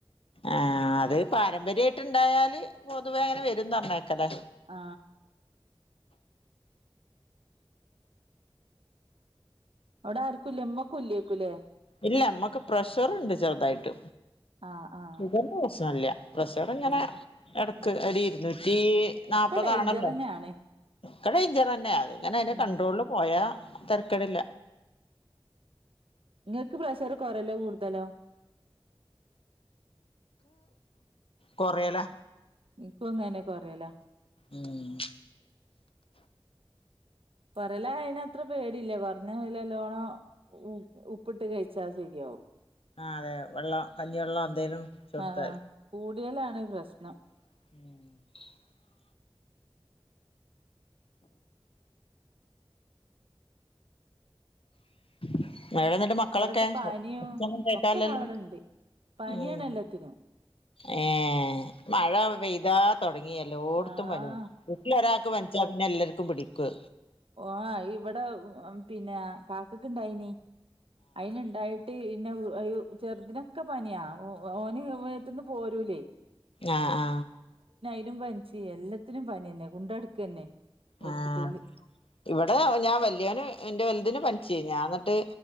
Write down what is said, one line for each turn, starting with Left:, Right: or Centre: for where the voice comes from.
Left: ആ അത് പാരമ്പര്യായിട്ട് ണ്ടായാല് പൊതുവേ അങ്ങനെ വരും ന്നർഞ്ഞേക്കല്ലെ
Right: ആ അവടെ ആര്ക്കുല്ല ഇമ്മക്കുല്ലേക്കുല്ലേ
Left: ഇല്ല ഇമ്മക്ക് പ്രഷറ്ണ്ട് ചെർതായിട്ട്.
Right: ആഹ് ആഹ്
Left: ഇവര്ക്ക് പ്രശ്നല്ല പ്രഷറ്ങ്ങനെ
Right: ആഹ്
Left: എട ക്ക് <unintelligible> റ്റീ നാല്പപതാണല്ലോ
Right: ഒക്കെ ഡേയ്ഞ്ചറന്നെയാണ്
Left: ക്കെ ഡെയ്ഞ്ചെറെന്നെണ് അങ്ങനെ അയ്ൻ്റെ
Right: ഉം
Left: കണ്ട്രോളില് പോയാ തെര്ക്കടില്ല
Right: നിങ്ങക്ക് പ്രശർ കൊറ്യല്ലോ കൂടുതലോ?
Left: കൊറ്യലാ
Right: ഇൻക്കും ങ്ങനെ ന്നെ കൊറ്യല്ലാ
Left: ഉം
Right: കൊറ്യലായായ് ന് അത്ര പേടില്ല കൊർഞ്ഞ അയ്ലല്ലോണം ഉ ഉപ്പ്ട്ട് കയ്ച്ചാ സെര്യാവും
Left: ആ അതെ വെള്ളോ കഞ്ഞിവെള്ളോ എന്തേലും കുടിച്ച് കൊടുത്താൽ
Right: ആഹ ആ് കുടി കുടിയലാണ് പ്രശ്നം
Left: <inaudible> <inaudible> മട എന്നിട്ട് മക്കളൊക്കെ
Right: ഇവിടൊക്കെ പനിയും
Left: അച്ണം കേക്കല്ലല്ലോ
Right: ഒക്കെ ദാ ഇവിടെണ്ട് പനിയാണ്
Left: ഉ
Right: എല്ലത്തിനും
Left: ഏ മഴ പെയ്താ തുൊടങ്ങിയല്ലോ ഓടത്തും
Right: ആഹ്
Left: പനിയ വീട്ടില് ഒരാൾക്ക് പനിച്ചാ പിന്നെ എല്ലാർക്കും പിടിക്ക
Right: ഓ ഇവിടെ പിന്നെ കാക്കക്ക ഇണ്ടായിനീ അയിനുണ്ടായിട്ടീ പിന്നെ അയ്യോ ചെറുതിനൊക്കെ പനിയാ ഓന് മേത്ത്ന്ന് പോരൂലേ
Left: ആ ആ
Right: എനിക്കും പനിച്ച് എല്ലാത്തിനും പനി തന്നെ കൊണ്ടടക്ക തന്നെ ഹോസ്പിറ്റലില്
Left: ആ ആ ഇവിടെ ഞാൻ വല്യവന് എൻ്റെ വലുതിന് പനിച്ച് ഞാൻ എന്നിട്ട് മറ്റേ